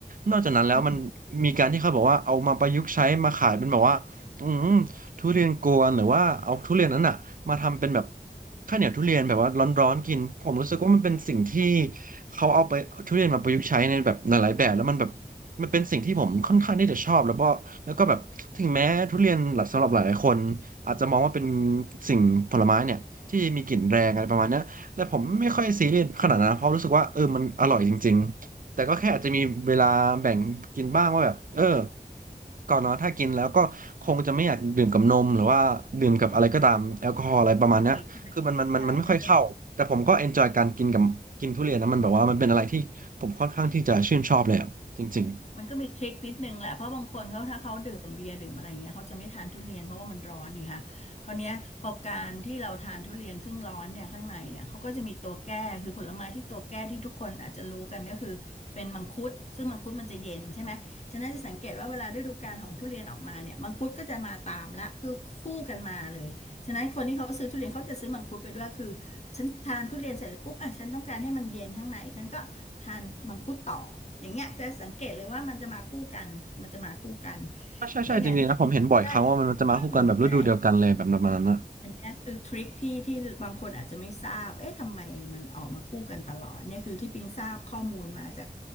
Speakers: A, on the right (about 55°); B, on the left (about 40°).
A: นอกจากนั้นแล้วมัน
B: อืม
A: มีการที่เขาบอกว่าเอามาประยุกต์ใช้มาขายเป็นแบบว่าอืม ทุเรียนกวนหรือว่าเอาทุเรียนนั้นอ่ะมาทำเป็นแบบข้าวเหนียวทุเรียนแบบว่าร้อนๆกินผมรู้สึกว่ามันเป็นสิ่งที่เขาเอาไปทุเรียนมาประยุกต์ใช้ในแบบหลายๆแบบแล้วมันแบบมันเป็นสิ่งที่ผมค่อนข้างที่จะชอบแล้วก็แล้วก็แบบถึงแม้ทุเรียนหลักสำหรับหลายๆคนอาจจะมองว่าเป็นสิ่งผลไม้เนี่ยที่มีกลิ่นแรงอะไรประมาณเนี้ยแต่ผมไม่ค่อยซีเรียสขนาดนั้นนะเพราะรู้สึกว่าเออมันอร่อยจริงๆ แต่ก็แค่อาจจะมีเวลาแบ่งกินบ้างว่าแบบเออก่อนนอนถ้ากินแล้วก็คงจะไม่อยากดื่มกับนมหรือว่าดื่มกับอะไรก็ตามแอลกอฮอล์อะไรประมาณเนี้ยคือมันมันมันมันไม่ค่อยเข้าแต่ผมก็เอนจอยการกินกับกินทุเรียนนะมันแบบว่ามันเป็นอะไรที่ผมค่อนข้างที่จะชื่นชอบเลยอะจริงๆ
B: ใช่ใช่ใช่มันจะ มันก็มีทริคนิดนึงแหละเพราะบางคนเขาถ้าเขาดื่มเบียร์ดื่มอะไรอย่างเงี้ยเขาจะไม่ทานทุเรียนเพราะว่ามันร้อนนี่ค่ะคราวเนี้ยพอการที่เราทานทุเรียนซึ่งร้อนเนี่ยข้างในเนี่ยเขาก็จะมีตัวแก้คือผลไม้ที่ตัวแก้ที่ทุกคนอาจจะรู้กันก็คือเป็นมังคุดซึ่งมังคุดมันจะเย็นใช่ไหมฉะนั้นจะสังเกตว่าเวลาฤดูกาลของทุเรียนออกมาเนี่ยมังคุดก็จะมาตามละคือคู่กันมาเลยฉะนั้นคนที่เขาซื้อทุเรียนเขาจะซื้อมังคุดไปด้วยคือฉันทานทุเรียนเสร็จแล้วปุ๊บอ่ะฉันต้องการให้มันเย็นข้างในฉันก็ ทานมังคุดต่ออย่างเงี้ยจะสังเกตเลยว่ามันจะมาคู่กันมันจะมาคู่กัน
A: ใช่ใช่ใช่จริงๆนะผมเห็นบ่อยครั้งว่ามันมันจะมาคู่กันแบบฤดูเดียวกันเลยแบบประมาณนั้นนะ
B: แล้วอย่างที่คุณหมอใด้อืมใช่อันเนี้ยคือทริคที่ที่บางคนอาจจะไม่ทราบเอ๊ะทำไมมันออกมาคู่กันตลอดเนี่ยคือที่ปิงทราบข้อมูลมาจาก